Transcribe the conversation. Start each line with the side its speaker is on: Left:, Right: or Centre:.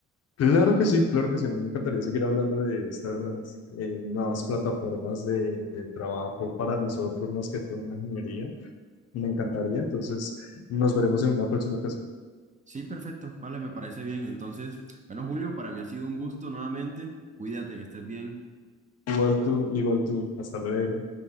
Left: Claro que sí, claro que sí. A mí me encantaría seguir hablando de estas eh, nuevas plataformas de, de trabajo para nosotros, más que todo en la ingeniería. Me encantaría. Entonces, nos veremos en una próxima ocasión.
Right: Sí, perfecto. Vale, me parece bien. Entonces, bueno, Julio, para mí ha sido un gusto nuevamente. Cuídate, que estés bien.
Left: Igual tú, igual tú. Hasta luego.